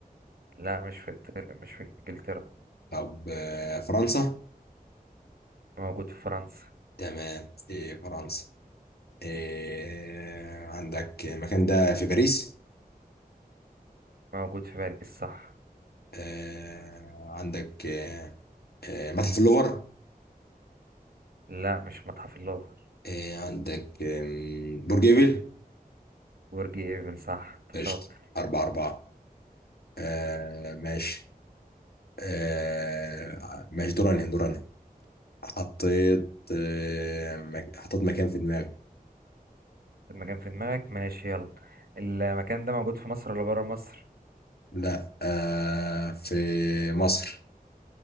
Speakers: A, on the right; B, on the left.
A: لا مش في إيطاليا. مش في انجلترا
B: طب آه، فرنسا
A: موجود في فرنسا
B: تمام في فرنسا آه، عندك المكان ده في باريس
A: موجود في باريس صح
B: آه، عندك آه، آه، متحف اللوفر
A: لا مش متحف اللوفر
B: آه، عندك آم، برج إيفل
A: برج ايفل صح انت
B: قشطة
A: شاطر
B: أربعة أربعة آه، ماشي آه، ماشي دوراني دوراني حطيت آه، مك- حطيت مكان في دماغي
A: المكان في دماغك ماشي يلا المكان ده موجود في مصر ولا بره مصر
B: لا آه في مصر